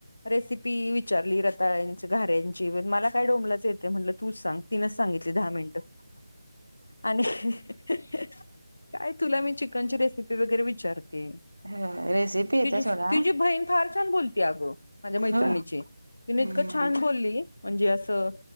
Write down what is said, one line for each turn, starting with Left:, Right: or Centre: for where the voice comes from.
Left: रेसिपी विचारली रताळंयाच घारे यांची प मला काय डोमलाचं येतय म्हणलं तूच सांग तिनच सांगितली दहा मिनटं. आणि काय तुला मी चिकनची रेसिपी वगैरे विचार ते.
Right: हो रेसिपी येत्या
Left: तिची
Right: सोडा
Left: फ तिची बहीण फार छान बोलती आग माझ्या मैत्रिणीची.
Right: हो
Left: तिनी
Right: हम्म
Left: इतकं छान बोलली म्हंजे आस अ